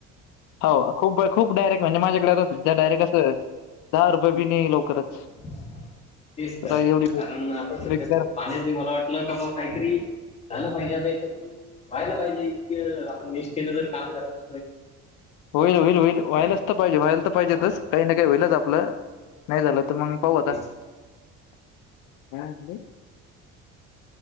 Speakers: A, on the left; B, on the left.
A: हो खूप खूप डायरेक्ट म्हणजे माझ्याकडे आता सध्या डायरेक्ट असं दहा रुपये पण नाही लवकरच.
B: तेच तर
A: एवढी
B: कारण
A: बे-
B: आपण सध्या
A: बेकार
B: खूप पाण्यात मला वाटत. आपल्या कामावर काहीतरी झालं पाहिजे आता इथ व्हायला पाहिजे की वेस्ट. इथं जर काम करतात.
A: होईल होईल होईल व्हायलाच
B: आहे का?
A: तर पाहिजे व्हायला तर पाहिजेतच.
B: हा.
A: काही ना काही होईलच आपलं नाही झालं तर मग
B: तेच
A: पाहू आता.
B: तेच.
A: <unintelligible> काय आणलय.